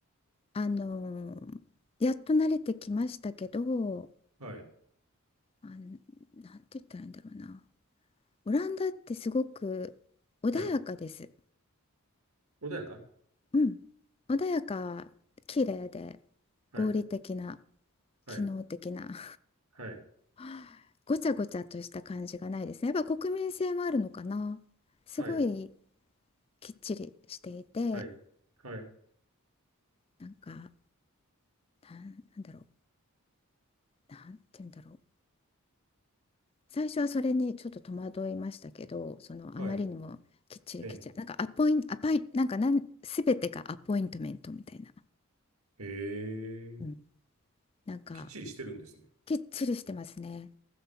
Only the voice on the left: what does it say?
あのーやっと慣れてきましたけど
あのなんて言ったらいいんだろうなオランダってすごく穏やかです
うん、穏やか、綺麗で
合理的な、
機能的な、
<laughs> ごちゃごちゃとした感じがないですね。やっぱ国民性もあるのかな。すごい
きっちりしていて、
なんか、なんなんだろう、なんて言うんだろう。最初はそれにちょっと戸惑いましたけど、そのあまりにもきっちりきっちり、
なんかアポイン、アパイ、なんかなん、すべてがアポイントメントみたいな、
うん、なんか
きっちりしてますね。